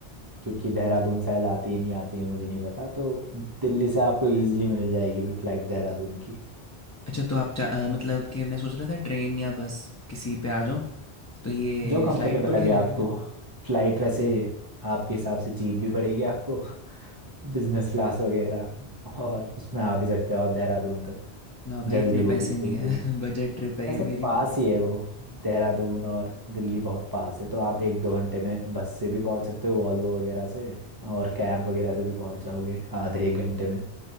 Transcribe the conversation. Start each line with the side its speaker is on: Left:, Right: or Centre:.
Right: क्योंकि देहरादून शायद आती है नहीं आती है मुझे नहीं पता तो दिल्ली से आपको इजीली मिल जाएगी फिर फ्लाइट देहरादून की
Left: अच्छा तो आप चा, अ, मतलब कि मैं सोच रहा था ट्रेन या बस किसी पे आ जाऊँ तो ये
Right: जो कंफर्टेबल
Left: फ़्लाइट बढ़िया
Right: लगे
Left: रहेगा
Right: आपको फ्लाइट वैसे आपके हिसाब से चीप भी पड़ेगी आपको बिजनेस क्लास वगैरह और उसमें आ भी सकते हो आप देहरादून तक
Left: ना भाई
Right: जल्दी
Left: इतने
Right: वो
Left: पैसे
Right: भी
Left: नहीं
Right: एक
Left: है
Right: दो
Left: <laughs> बजट ट्रिप है ये
Right: ऐसे
Left: मेरी
Right: पास ही है वो देहरादून और दिल्ली बहुत पास है तो आप एक दो घंटे में बस से भी पहुंच सकते हो वॉल्वो वगैरह से और कैब वगैरह से भी पहुंच जाओगे आधे एक घंटे में